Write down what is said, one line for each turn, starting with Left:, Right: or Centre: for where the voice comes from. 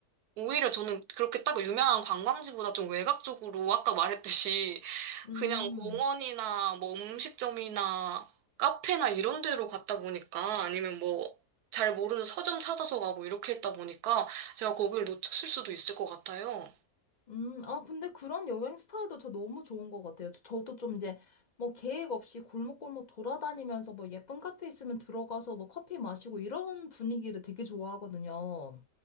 Right: 오히려 저는 그렇게 딱 유명한 관광지보다 좀 외곽적으로 아까 말했듯이
Left: 음.
Right: 그냥 공원이나 뭐 음식점이나 카페나 이런 데로 갔다 보니까 아니면 뭐 잘 모르는 서점 찾아서 가고 이렇게 했다 보니까 제가 거기를 놓쳤을 수도 있을 것 같아요.
Left: 음, 아, 근데 그런 여행 스타일도 저 너무 좋은 것 같아요. 저- 저도 좀 이제 뭐 계획 없이 골목골목 돌아다니면서 뭐 예쁜 카페 있으면 들어가서 뭐 커피 마시고 이런 분위기를 되게 좋아하거든요.